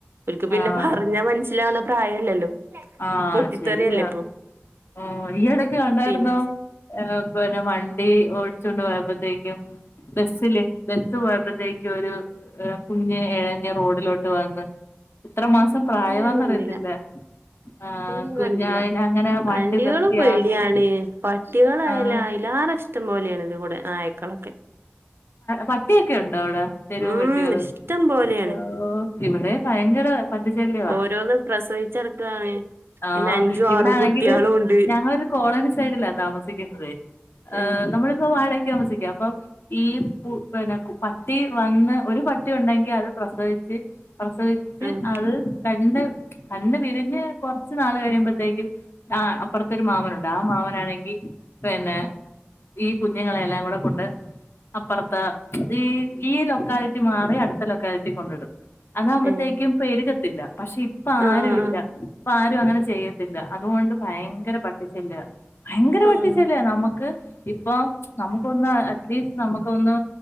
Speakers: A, on the right; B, on the left.
A: ഒരിക്ക് പിന്നെ
B: ആഹ്
A: പറഞ്ഞാ മനസ്സിലാവുന്ന പ്രായല്ലല്ലോ
B: ആ
A: പൊട്ടിത്തെറിയല്ലേ
B: ശരിയാ
A: ഇപ്പൊ
B: ഓ ഈയിടക്ക് കണ്ടായിരുന്നോ
A: പിന്നെ
B: പിന്നെ വണ്ടി ഓടിച്ചൊണ്ട് പോയപ്പോത്തേക്കും ബസില് ബസ് പോയപ്പോഴത്തേക്കും ഒരു കുഞ്ഞ് എഴഞ്ഞ് റോഡിലോട്ട് വന്ന് ഇത്ര മാസം പ്രായമാന്നറിയത്തില്ല
A: അത് ഞാൻ കണ്ടില്ല
B: ആഹ്
A: അത് ഞാൻ
B: കുഞ്ഞായിനെ
A: കണ്ടില്ല
B: അങ്ങനെ വണ്ടി
A: വണ്ടികളും
B: നിർത്തി
A: പേടിയാണ്
B: ആ കുഞ്ഞ്
A: പട്ടികളായാ
B: ആഹ്
A: എല്ലാരും ഇഷ്ടം പോലെയാണ് ഇത് ഇവിടെ നായക്കളൊക്കെ
B: പട്ടിയൊക്കെ ഉണ്ട് അവിടെ തെരുവ്
A: ഉം
B: പട്ടികള്
A: ഇഷ്ടം പോലെയാണ്
B: ഓ ഇവിടെ ഭയങ്കര പട്ടിശല്യവാ
A: ഓരോന്ന് പ്രസവിച്ചടക്കാണ്
B: ആഹ്
A: അതിന് അഞ്ചും
B: ഇവിടാണെങ്കില്
A: ആറും കുട്ടികളും ഉണ്ട്
B: ഞങ്ങളൊരു കോളനി സൈഡില താമസിക്കുന്നതെ
A: ഏഹ്
B: നമ്മളിപ്പോ വാടക ക്ക്‌ താമസിക്കുക അപ്പൊ ഈ പിന്നെ പട്ടി വന്ന് ഒരു പട്ടി ഉണ്ടെങ്കിൽ അത് പ്രസവിച്ച് പ്രസവിച്ച്
A: ആഹ്
B: അത് കണ് കണ്ണ് വിരിഞ്ഞ് കൊറ കുറച്ച് നാള് കഴിയുമ്പോഴത്തേക്കും ആ അപ്പുറത്തൊരു മാമനുണ്ട് ആ മാമനാണെങ്കിൽ പിന്നെ ഈ കുഞ്ഞുങ്ങളെല്ലാം കൂടെ കൊണ്ട് അപ്പുറത്തെ ഈ ഈ ലൊക്കാലിറ്റി മാറി അടുത്ത ലൊക്കാലിറ്റി കൊണ്ടിടും അതാവകുമ്പോത്തേക്കും
A: ഏഹ്
B: പെരുകത്തില്ല പക്ഷെ ഇപ്പ
A: ആഹ്
B: ആരും ഇല്ല
A: ആഹ്
B: ഇപ്പൊ ആരും അങ്ങനെ ചെയ്യത്തില്ല അതുകൊണ്ട് ഭയങ്കര പട്ടിശല്യ ഭയങ്കര
A: ആഹ് ആഹ്
B: പട്ടിശല്യ നമുക്ക് ഇപ്പൊ നമുക്ക് ഒന്ന് അറ്റ്ലീസ്റ്റ് നമുക്ക്‌ ഒന്ന്